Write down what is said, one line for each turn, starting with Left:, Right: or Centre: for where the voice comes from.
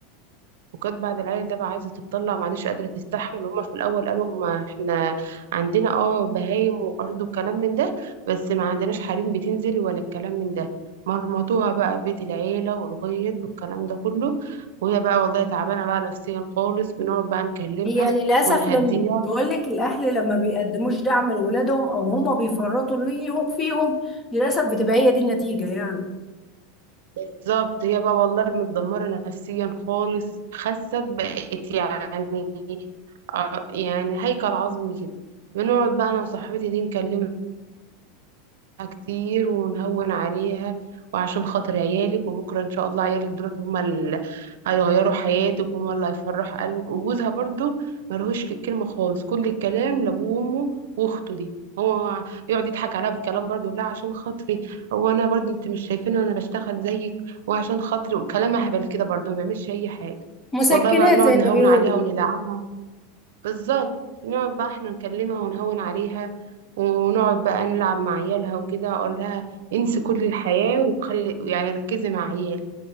Right: وكانت بعد العيل ده بقى عايزه تتطلع معلش قادره تستحمل وهما في الاول قالوا هما احنا عندنا اه بهايم وارض وكلام من ده بس ما عندناش حريم بتنزل ولا الكلام من ده مرمطوها بقى في بيت العيله والغيط والكلام ده كله وهي بقى والله تعبانه بقى نفسيا خالص بنقعد بقى نكلمها
Left: هي للأسف
Right: ونهديها
Left: لما بقول لك الأهل لما بيقدموش دعم لأولادهم أو هما بيفرطوا ليهم فيهم للأسف بتبقى هي دي النتيجة يعني
Right: بالظبط هي بقى والله متدمره نفسيا خالص خست بقت يعني آه، يعني هيكل عظمي كده بنقعد بقى انا وصاحبتي دي نكلمها كتير ونهون عليها وعشان خاطر عيالك وبكرة إن شاء الله عيالك دولت هما اللي هيغيروا حياتك وهما اللي هيفرحوا قلبك وجوزها برضو ملهوش الكلمة خالص كل الكلام لأبوه وأمه وأخته دي هو يقعد يضحك عليها بالكلام برضو لا عشان خاطري هو انا برضو انت مش شايفين انا بشتغل زيك وعشان خاطري وكلام اهبل كده برضو ما بيعملش اي حاجه
Left: مسكنات
Right: والله بقى بنقعد
Left: زي
Right: نهون
Left: ما بيقولوا
Right: عليها وندعمها بالظبط نقعد بقى احنا نكلمها ونهون عليها ونقعد بقى نلعب مع عيالها وكده اقول لها انسي كل الحياة وخلي يعني ركزي مع عيال